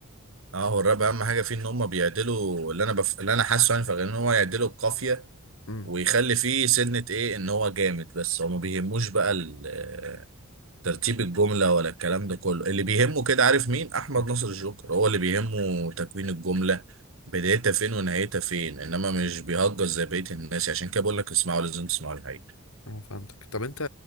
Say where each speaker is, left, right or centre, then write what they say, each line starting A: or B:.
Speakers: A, on the right; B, on the left.
A: اه هو الراب اهم حاجه فيه ان هم بيعدلوا اللي انا بف... اللي انا حاسه يعني في الاغاني ان هو يعدلوا القافيه
B: امم
A: ويخلي فيه سنه ايه ان هو جامد بس هو ما بيهموش بقى ال- آه، ترتيب الجمله ولا الكلام ده كله اللي بيهمه كده عارف مين احمد
B: أمم.
A: ناصر الجوكر هو اللي بيهمه تكوين الجمله بدايتها فين ونهايتها فين انما مش بيهجس زي بقيه الناس عشان كده بقول لك اسمعوا لازم تسمعوا الحقيقه
B: اه فهمتك طب انت